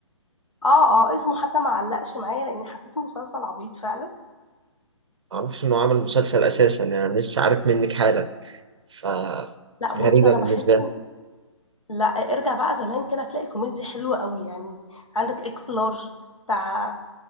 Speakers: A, on the left; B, on the right.
A: اه اه اسمه حتى ما علقش معايا لان حسيته مسلسل عبيط فعلا
B: معرفش إنه عامل مسلسل أساسا يعني لسه عارف منك حالا ف
A: لا بص
B: غريبة
A: انا
B: بالنسبة
A: بحس
B: لي
A: ان لا ارجع بقى زمان كده هتلاقي كوميديا حلوه قوي يعني عندك اكس لارج بتاع